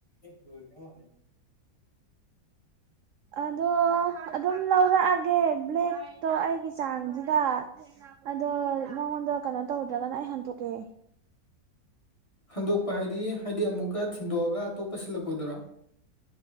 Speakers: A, on the left; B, on the right.
A: ꯑꯦ ꯂꯣꯏꯃꯦꯜꯂꯦꯗ
B: ꯑꯗꯣ ꯑꯗꯨꯝ ꯂꯧꯔꯛꯑꯒꯦ ꯕ꯭ꯂꯦꯛꯇꯣ ꯑꯩꯒꯤ ꯆꯥꯡꯁ ꯑꯗꯣ ꯅꯪꯉꯣꯟꯗ ꯀꯩꯅꯣ ꯇꯧꯗ꯭ꯔꯒꯅ ꯑꯩ ꯍꯟꯗꯣꯛꯀꯦ
A: ꯍꯟꯗꯣꯛꯄ ꯍꯥꯏꯗꯤ ꯍꯥꯏꯗꯤ ꯑꯃꯨꯛꯀ ꯁꯤꯟꯗꯣꯛꯑꯒ ꯑꯇꯣꯞꯄ ꯁꯤꯜꯂꯛꯄꯗꯨꯔꯣ